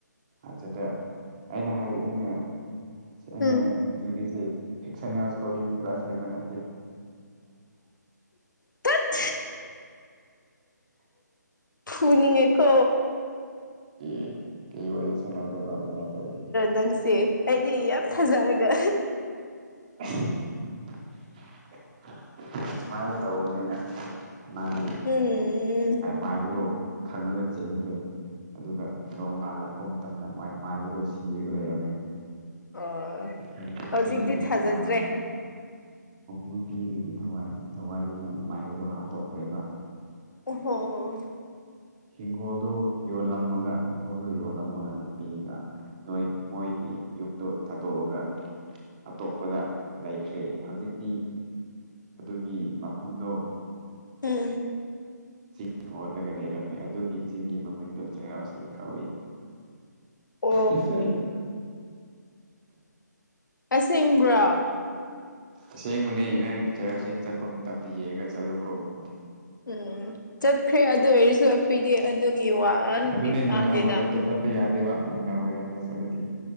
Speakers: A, on the right; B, on the left.
A: ꯑꯗꯨꯗ ꯑꯩꯅ ꯍꯥꯏꯔꯤꯅ ꯑꯩꯅ
B: ꯎꯝ
A: ꯂꯤꯒꯁꯦ꯫ ꯁꯟꯅꯜ ꯏꯁꯇꯣꯔꯤꯅꯤꯒꯣ ꯑꯁꯦꯡꯕ ꯅꯠꯇꯦ
B: ꯇꯠ ꯄꯅꯤꯡꯉꯦꯀꯣ
A: ꯑꯦ ꯀꯩ ꯋꯥꯔꯤ ꯁꯥꯟꯅꯗꯔꯕ ꯑꯗꯨ ꯅꯠꯇꯕꯗꯤ
B: ꯗꯪꯁꯦ ꯑꯩꯗꯤ ꯌꯥꯝ ꯊꯥꯖꯔꯒ
A: <unintelligible> ꯁꯨꯃꯥꯏꯅ ꯇꯧꯕꯅꯤꯅ ꯃꯥꯒꯤ
B: ꯎꯝ
A: ꯃꯥꯏꯕꯗꯨ ꯈꯪꯉꯒ ꯆꯦꯟꯈ꯭ꯔꯦ ꯑꯗꯨꯒ ꯅꯣꯡꯉꯥꯜꯂꯛꯄ ꯃꯇꯝꯗ ꯃꯥꯏ ꯃꯥꯏꯕꯗꯣ ꯁꯤꯔꯒ ꯂꯩꯔꯝꯃꯦ
B: ꯑꯣ
A: ꯍꯥꯏꯕꯗꯤ ꯅꯨꯄꯤꯗꯨꯒꯤ
B: ꯍꯧꯖꯤꯛꯇꯤ ꯊꯥꯖꯗ꯭ꯔꯦ
A: ꯊꯋꯥꯏꯗꯨꯅ ꯅꯨꯄꯤꯗꯨꯒꯤ ꯊꯋꯥꯏꯗꯨ ꯊꯋꯥꯏꯗꯨꯅ ꯃꯥꯏꯕꯗꯣ ꯍꯥꯠꯇꯣꯛꯈ꯭ꯔꯦꯕ꯫
B: ꯑꯣ ꯍꯣ
A: ꯍꯤꯡꯈꯣꯜꯗꯨ ꯌꯣꯜꯂꯝꯃꯒ ꯍꯤꯡꯈꯣꯜꯗꯨ ꯌꯣꯜꯂꯝꯃꯒ ꯅꯨꯄꯤꯒ ꯅꯣꯏ ꯃꯣꯏꯒꯤ ꯌꯨꯝꯗꯣ ꯊꯥꯗꯣꯛꯑꯒ ꯑꯇꯣꯞꯄꯗ ꯂꯩꯈ꯭ꯔꯦ ꯍꯧꯖꯤꯛꯇꯤ ꯑꯗꯨꯒꯤ ꯃꯐꯝꯗꯣ
B: ꯎꯝ
A: ꯆꯤꯡ ꯑꯣꯜꯂꯒ ꯂꯩꯔꯝꯃꯤ ꯑꯗꯨꯒꯤ ꯆꯤꯡꯒꯤ ꯃꯃꯤꯡꯗꯣ ꯆꯩꯔꯥꯎ ꯆꯤꯡ ꯀꯧꯏ
B: ꯑꯣ
A: UNINTELLIGIBLE
B: ꯑꯁꯦꯡꯕ꯭ꯔꯥ
A: ꯑꯁꯦꯡꯕꯅꯦ ꯅꯪ ꯆꯔꯣ ꯆꯤꯡ ꯆꯠꯄ ꯃꯇꯝꯗ ꯌꯦꯡꯉꯒ ꯆꯠꯂꯨꯀꯣꯕ
B: ꯎꯝ ꯆꯠꯈ꯭ꯔꯦ ꯑꯗꯨ ꯑꯣꯏꯔꯁꯨ ꯑꯩꯈꯣꯏꯗꯤ ꯑꯗꯨꯒꯤ ꯋꯥꯗꯤ
A: ꯑꯗꯨꯅꯦ ꯅꯨꯡꯗꯥꯡ
B: ꯇꯥꯗꯦꯗ
A: ꯋꯥꯏꯔꯝꯗ ꯆꯠꯄ ꯌꯥꯗꯦꯕ ꯅꯨꯡꯗꯥꯡ ꯋꯥꯏꯔꯝꯗ ꯆꯠꯂꯗꯤ